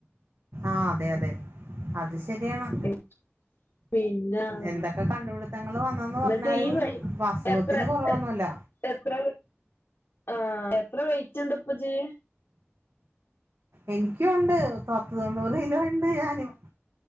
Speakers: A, on the right (about 85°); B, on the left (about 75°).
A: ആഹ അതെ അതെ അത് ശരിയാണ്
B: ഉം. പിന്നെ ഉം
A: എന്തൊക്കെ കണ്ടുപിടുത്തങ്ങൾ വന്നെന്ന്
B: എന്നിട്ട്
A: പറഞ്ഞാലും
B: ഈ വ
A: അസുഖത്തിന്
B: എത്ര
A: കുറവൊന്നുമില്ല
B: ഏ എത്ര ആ എത്ര വെയിറ്റ് ഉണ്ട് ഇപ്പ ഇജ്ജ്
A: എനിക്കുണ്ട് തൊത്ത് തൊണ്ണൂറ് കിലോ ഇണ്ട് ഞാനും